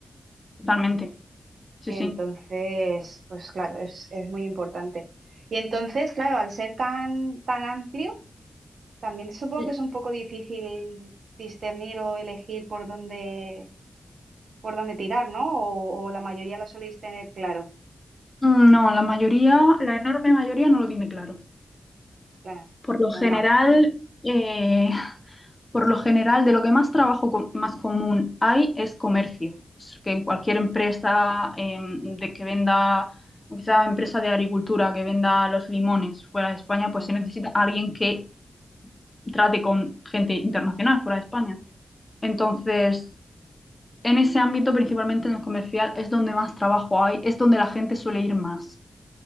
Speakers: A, on the left; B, on the right.
A: totalmente, sí,
B: Entonces,
A: sí.
B: pues claro, es, es muy importante. Y entonces, claro, al ser tan, tan amplio También supongo
A: Y-
B: que es un poco difícil discernir o elegir por dónde, por dónde tirar, ¿no? O, o la mayoría lo soléis tener claro,
A: No, la mayoría, la enorme mayoría no lo tiene claro.
B: claro,
A: Por lo general,
B: normal.
A: eh, Por lo general, de lo que más trabajo co- más común hay es comercio. Es que en cualquier empresa em, de que venda, quizá empresa de agricultura que venda los limones fuera de España, pues
B: Bueno,
A: se necesita alguien que trate con gente internacional fuera de España. Entonces, en ese ámbito, principalmente en el comercial, es donde más trabajo hay, es donde la gente suele ir más.